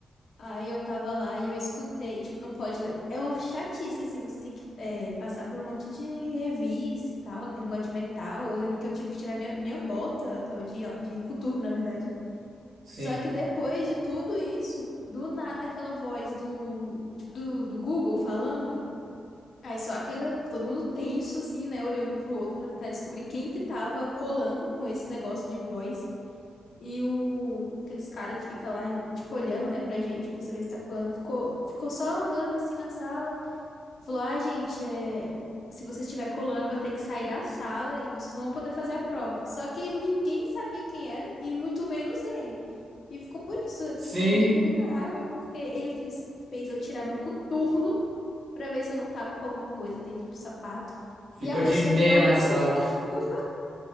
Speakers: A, on the left; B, on the right.
A: Aí eu tava lá e eu escutei, tipo, não pode ler. É uma chatice assim, você tem que é, passar por um monte de revista e tal, aquele negócio de metal. Eu lembro que eu tive que tirar minha minha bota, eu tava de al- de coturno, na verdade.
B: Sim.
A: Só que depois de tudo isso, do nada aquela voz do tipo do, do Google falando Aí só aquela, todo mundo tenso, assim, né, olhando um pro outro pra tentar descobrir quem que tava colando com esse negócio de voz. E o, aqueles cara que fica lá, tipo, olhando, né, pra gente, pra saber se tá colando, ficou, ficou só andando, assim, na sala. Falou, ah, gente, é, se você estiver colando, vai ter que sair da sala e vocês não vão poder fazer a prova. Só que ele, ninguém sabia quem era, e muito menos ele. E ficou por isso,
B: Sim,
A: tipo, eu fiquei com muita raiva, porque ele fiz, fez eu tirar meu coturno pra ver se eu não tava com alguma coisa dentro do sapato.
B: ficou
A: E a pessoa
B: de meia
A: que realmente
B: na sala.
A: tava, <laughs>